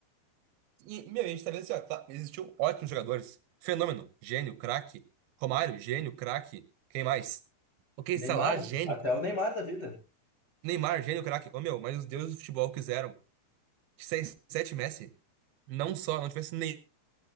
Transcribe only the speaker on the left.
Neymar,
até
o Neymar da vida.